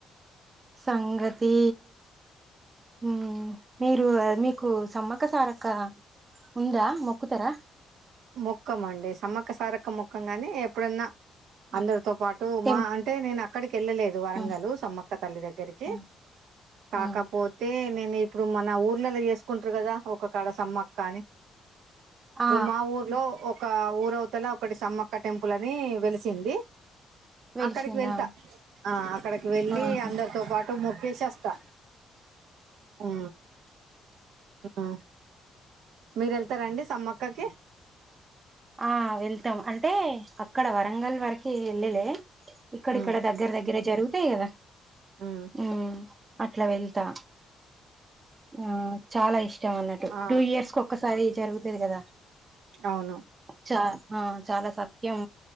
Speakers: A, on the right; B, on the right.
A: సంగతి మీ మీరు మీకు సమ్మక్క సారక్క ఉందా మొక్కుతార
B: ముక్కం అండి సమ్మక్క సారక్క ముక్కం గాని ఎప్పుడన్నా అందరితో
A: ఆ,
B: పాటు
A: టెం
B: మా అంటే నేను అ వెళ్ళలేదు వరంగలు
A: ఆ
B: సమ్మక్క తల్లి దగ్గరికి
A: ఆ
B: కాకపోతే
A: ఆ
B: నేను ఇప్పుడు మన ఊర్లలో చేసుకుంటరు కదా ఒక కాడ సమ్మక్క అని
A: ఆ,
B: ఇప్పు మా ఊరు లో ఒక ఊరవతల ఒకటి సమ్మక్ క్క టెంపుల్ అని వెలిసింది
A: వెలిసిందా
B: అక్కడికి వెళ్తా ఆ అక్కడికి వెళ్ళి
A: ఆహా
B: అందరితో పాటు మొక్కేసి వస్తా ఆ ఆ మీరు వెళ్తారా అండి సమ్మక్క కి
A: ఆ వెళ్తాం అంటే అక్కడ వరంగల్ వరకి ఎల్లేలే ఇక్కడిక్కడ
B: ఉమ్
A: దగ్గర దగ్గర జరుగుతాయి కదా
B: ఉమ్
A: మ్ అట్లా వెళ్తా ఆ చాలా ఇష్ టం అన్నటు
B: ఆ
A: టూ ఇయర్స్ కు ఒక్కస్ సారి జరుగుతది కదా
B: అవును
A: చా ఆ చాలా సత్యం